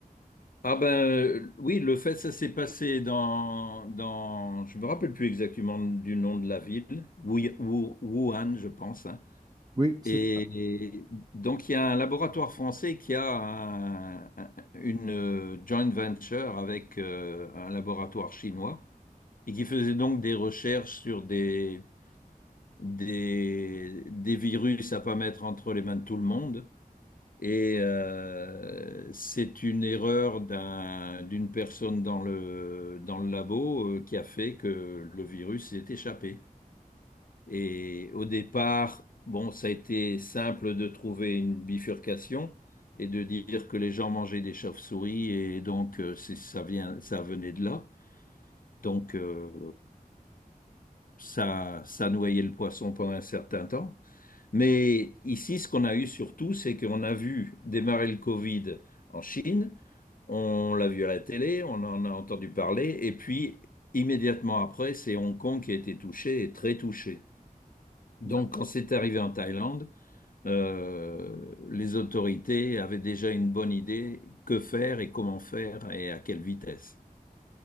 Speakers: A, on the left; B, on the right.
A: Ah ben euh, oui, le fait, ça s'est passé dans, dans, je me rappelle plus exactement du nom de la ville, Wuy- Wu- Wuhan, je pense. hein.
B: Oui, c'est
A: Et,
B: ça.
A: et donc il y a un laboratoire français qui a un- un- une euh, joint venture avec euh, un laboratoire chinois et qui faisait donc des recherches sur des, des, des virus à pas mettre entre les mains de tout le monde. Et euh, c'est une erreur d'un- d'une personne dans le, dans le labo euh, qui a fait que le virus s'est échappé. Et au départ, bon, ça a été simple de trouver une bifurcation et de dire que les gens mangeaient des chauves-souris et donc euh, c'est- ça vient, ça venait de là. Donc euh, ça, ça noyait le poisson pendant un certain temps. Mais ici, ce qu'on a eu surtout, c'est qu'on a vu démarrer le Covid en Chine. On l'a vu à la télé, on en a entendu parler, et puis immédiatement après, c'est Hong Kong qui a été touché et très touché. Donc
B: D'accord.
A: quand c'est arrivé en Thaïlande, euh, les autorités avaient déjà une bonne idée que faire et comment faire et à quelle vitesse.